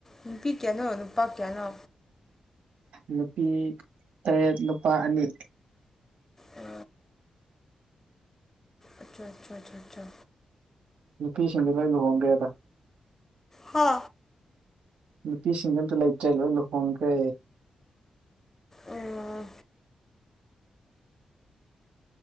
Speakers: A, on the left; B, on the right.
A: ꯅꯨꯄꯤ ꯀꯌꯥꯅꯣ ꯅꯨꯄꯥ ꯀꯌꯥꯅꯣ
B: ꯅꯨꯄꯤ ꯇꯔꯦꯠ ꯅꯨꯨꯄꯥ ꯑꯅꯤ
A: ꯎ ꯑꯆꯥ ꯑꯆꯥꯆꯥꯆꯥ
B: ꯅꯨꯄꯤꯁꯤꯡꯗꯤ ꯂꯣꯏ ꯂꯨꯍꯣꯡꯒꯦꯗ
A: ꯍ
B: ꯅꯨꯄꯤꯁꯤꯡꯗꯦ ꯑꯝꯇ ꯂꯩꯇ꯭ꯔꯦ ꯂꯣꯏ ꯂꯨꯍꯣꯡꯈ꯭ꯔꯦ
A: ꯑꯥ